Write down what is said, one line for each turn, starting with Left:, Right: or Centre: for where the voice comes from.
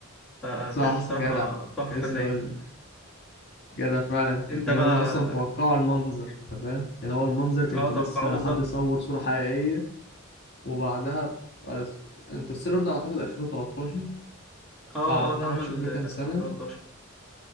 Centre: فالفيلم
Left: صح
Centre: الصراحة
Left: جدع
Centre: تحفة
Left: كنت لسه
Centre: فنية
Left: اقول لك جدع فعلا
Centre: انت
Left: يعني
Centre: بقى
Left: هم اصلا توقعوا المنظر انت فاهم يعني هو المنظر كانش
Centre: اه توقعوه
Left: لسه
Centre: بالظبط
Left: حد صور صوره حقيقيه وبعدها آه، انترستيلر ده اعتقد 2013
Centre: اه
Left: بعدها
Centre: اه اتعمل
Left: شوف بكام
Centre: 2013
Left: سنه